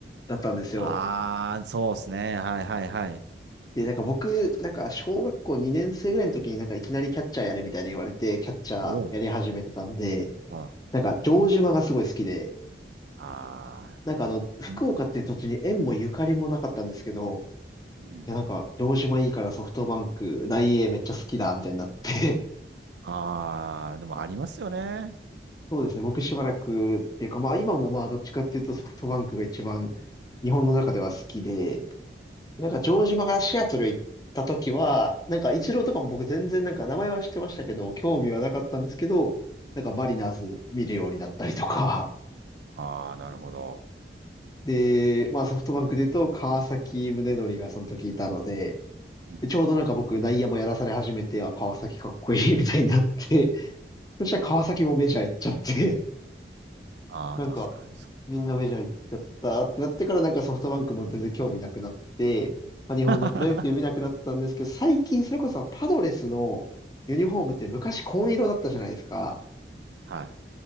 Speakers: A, on the left (about 20°); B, on the right (about 75°).
A: だったんですよ。
B: あー、そうですね。はいはいはい。
A: で、なんか僕、なんか、小学校2年生ぐらいの時になんか、いきなりキャッチャーやれみたいに言われて、キャッチャーやり始めてたんで、
B: おお。あ
A: なんか、城島がすごい好きで、
B: あ
A: なんかあの、福岡っていう土地に縁もゆかりもなかったんですけど、
B: ー、い、うん。
A: いや、なんか、城島いいからソフトバンク、大英めっちゃ好きだ、みたいになって、
B: あー、でもありますよね。
A: そうですね。僕しばらくっていうか、まあ今もまあどっちかっていうとソフトバンクが一番日本の中では好きで、なんか城島がシアトル行った時は、なんかイチローとかも僕全然なんか名前は知ってましたけど、興味はなかったんですけど、なんかマリナーズ見るようになったりとか、
B: あー、なるほど。
A: <laughs> で、まあソフトバンクで言うと川崎宗則がその時いたので、
B: うん。
A: でちょうどなんか僕内野もやらされ始めて、あ、川崎かっこいいみたいになって、そしたら川崎もメジャー行っちゃって、
B: うんああ、
A: なんか、
B: 確かにそう。
A: みんなメジャー行っちゃったってなってからなんかソフトバンクも全然興味なくなって、まあ、日本のプロ野球見なくなったんですけど、
B: <laughs>
A: 最近それこそパドレスのユニフォームって昔紺色だったじゃないですか。
B: はい。